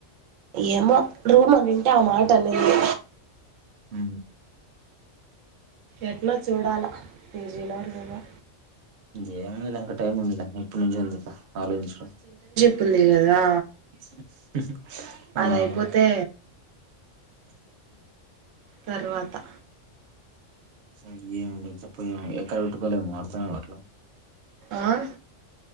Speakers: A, on the right; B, on the right.
A: ఏమో రూమ్ అనింటే ఆ మాట అనింది
B: ఉ
A: ఎట్న చూడాలా పజీలోర్లో
B: ఏమంది ఇంకా టైం ఉంది ఇప్పటి నుంచే ఉంది ఇక ఆలోచించడం
A: కుంది కదా
B: <unintelligible> ఆ!
A: అదయిపోతే
B: ఆ!
A: తర్వాత
B: స ఏమి లే చెప్ప ఎక్కడ పెట్టుకోలేమో అర్థమే గట్ల
A: ఆ